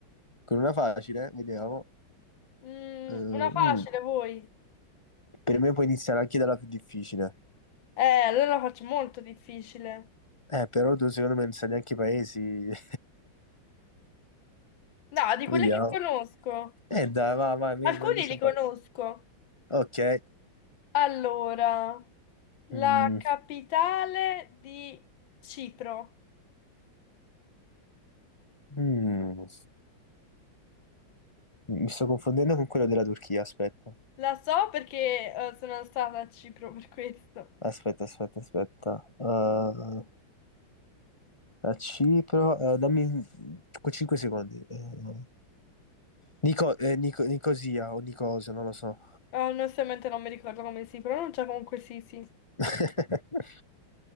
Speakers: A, on the left (about 15°); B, on the left (about 70°).
A: con una facile, vediamo.
B: Mm,
A: Eh,
B: una
A: mm,
B: facile, voi?
A: per me puoi iniziare anche dalla più difficile.
B: Eh, allora la faccio molto difficile.
A: Eh, però tu secondo me non sai neanche i paesi. <laughs>
B: No, di quelle
A: Vediamo.
B: che conosco.
A: Eh, dai, vai, vai, mi,
B: Alcuni
A: mi dici
B: li
A: un
B: conosco.
A: paio. Ok.
B: Allora. La
A: Mm,
B: capitale di Cipro.
A: mm. Mi sto confondendo con quello della Turchia, aspetta.
B: La so perché eh, sono stata a Cipro per questo.
A: Aspetta, aspetta, aspetta. Uh, a Cipro, uh, dammi 5 secondi. Uh, Nico, eh, Nico- Nicosia o Nicosia, non lo so.
B: Eh, onestamente non mi ricordo come si pronuncia, comunque sì, sì.
A: <laughs>